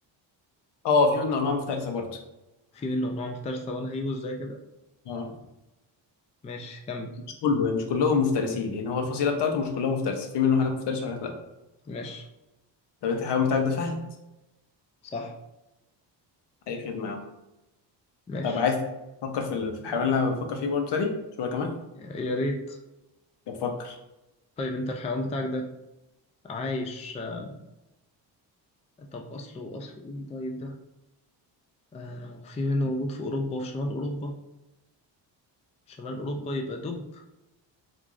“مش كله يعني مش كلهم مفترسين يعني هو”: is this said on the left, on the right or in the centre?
Left